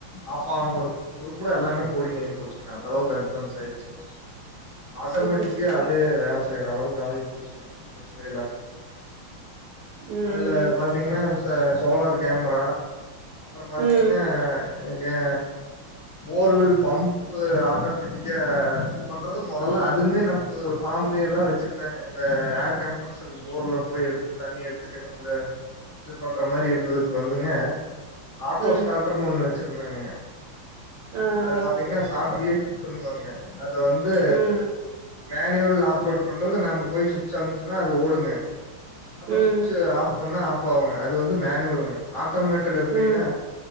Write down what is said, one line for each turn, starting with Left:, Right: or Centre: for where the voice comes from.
Left: ஆஃப் ஆங்குற குறு கூட எல்லாமே கோடிங் ஆய்போச்சிங்க அந்த அளவுக் அட்வான்ஸ் ஆயிருச்சிங்க ஆட்டோமேட்டிக்கே
Right: சூப்பர் சூப்பர்
Left: அதே வேல செய்ற அளவுக்கு ஆகி போச்சிங்க அந்த துறையில
Right: ம்
Left: அதுல பாத்தீங்ன்னா ச சோலார் கேமரா அப்பறம் பாத்தீங்ன்னா
Right: ம் ம்
Left: ஏ போர்கள் பப் ஆட்டோமேட்டிக்கா இது பண்றது முதல்ல அதுமே நம்போ ஃபமிலி எல்லாம் வச்சிருந்தாங்க இந்த ஏர் கம்ப்ரஷரு போர்ல போய் எடுத்து தண்ணி எடுத்து கிணத்துல இது பண்ற மாரி இருந்ததுக்கு வந்துங்க ஆட்டோ
Right: ம்
Left: ஸ்டார்டர்ன்னு ஒண்ணு வச்சிருந்தாங்க
Right: ஆ
Left: அது
Right: ஆ
Left: பாத்தீங்கன்னா ஸ்டாட்டர்லே குட் பண்ணுவாங்க அதுல வந்து
Right: ம்
Left: மேனுவல் ஆப்ரோட் பண்றது நம்ம போய் சுவிச் அமுத்னா அது ஓடுங்க அப்பறோ
Right: ம்
Left: சுவிட்சு ஆஃப் பண்ணா ஆஃப் ஆகுங்க அது வந்து மேனுவலுங்க ஆட்டோமேட்டட் எப்டின்னா
Right: ம்